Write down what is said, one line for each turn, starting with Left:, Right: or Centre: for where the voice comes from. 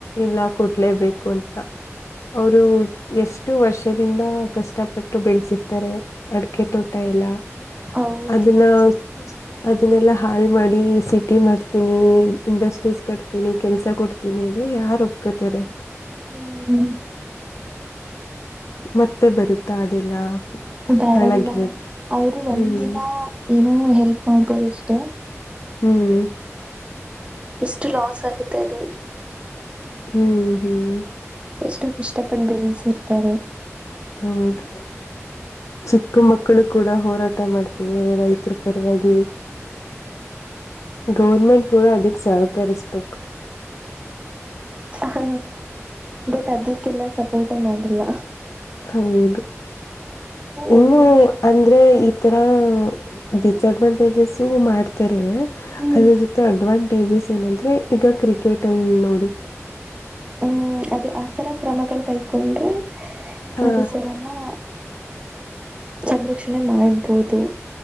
Left: ಇಲ್ಲ ಕೊಡ್ಲೇಬೇಕು ಅಂತ ಅವರು ಎಷ್ಟು ವರ್ಷದಿಂದ ಕಷ್ಟಪಟ್ಟು ಬೆಳ್ತಿರ್ತಾರೆ ಅಡಕೆ ತೋಟ ಎಲ್ಲ
Right: ಹೌದು
Left: ಅದನ್ನ
Right: ನಿಜ
Left: ಅದನ್ನೆಲ್ಲಾ ಹಾಲ್ ಮಾಡಿ ಸಿ ಟಿ ಮಾಡ್ತೀನಿ ಇಂಡಸ್ಟ್ರೀಸ್ ಕಟ್ತೀನಿ ಕೆಲ್ಸ ಕೊಡ್ತೀನಿ ಅ ಯಾರು ಒಪ್ಕೊತಾರೆ
Right: ಹ್ಮ್
Left: ಮತ್ತೆ ಬರುತ್ತಾ ಅದೆಲ್ಲ
Right: ಬಾರಲ್ಲ
Left: ಹಾಳಾಗಿರೋದು
Right: ಅವರು
Left: ಹ್ಮ್
Right: ಒಂದ ದಿನ ಏನೋ ಹೆಲ್ಪ್ ಮಾಡ್ಬೋದಷ್ಟೆ
Left: ಹ್ಮ್
Right: ಎಷ್ಟು ಲಾಸ್ ಆಗುತ್ತೆ ಅದು
Left: ಹ್ಮ್ ಹ್ಮ್
Right: ಎಷ್ಟು ಕಷ್ಟಪಟ್ಟು ಬೆಳೆಸಿರ್ತಾರೆ
Left: ಹೌದು ಚಿಕ್ಕ ಮಕ್ಕಳು ಕೂಡ ಹೋರಾಟ ಮಾಡ್ತಿದ್ದೇವೆ ರೈತರ ಪರವಾಗಿ ಗೌರ್ಮೆಂಟ್ ಕೂಡ ಅದಕ್ಕೆ ಸಹಕಾರಸ್ಪೆಕ್ಟ್
Right: ಹ ಬಟ್ ಅದಕ್ಕೆಲ್ಲ ಸಪೋರ್ಟೇ ಮಾಡಿಲ್ಲ
Left: ಹೌದು ಇನ್ನು
Right: ಒಳ್ಳೊಳ್ಳೆ
Left: ಅಂದ್ರೆ ತರ ಡಿಸಅಡ್ವಾಂಟೇಜಸ್ ಮಾಡ್ತಾರೆ
Right: ಹ್ಮ್
Left: ಅದ್ರ ಜೊತೆ ಅಡ್ವಾಂ ಸೇಜಸ್ ಏನಂದ್ರೆ ಈಗ ಕ್ರಿಕೆಟ್ ಅಲ್ಲಿ ನೋಡಿ
Right: ಹ್ಮ್ ಅದೇ ಆತರ ಕ್ರಮಗಳು ಕೈಕೊಂಡ್ರೆ
Left: ಹ್ಮ
Right: ಪರಿಸರನ ಸಂರಕ್ಷಣೆ ಮಾಡ್ಬೋದು.